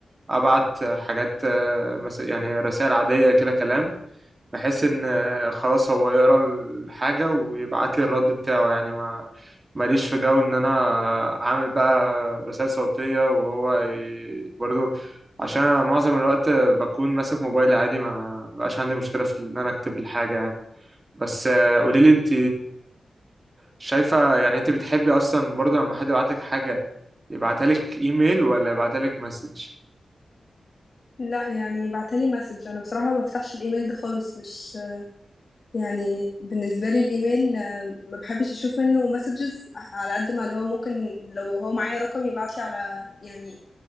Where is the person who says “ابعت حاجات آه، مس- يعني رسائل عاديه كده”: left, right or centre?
Right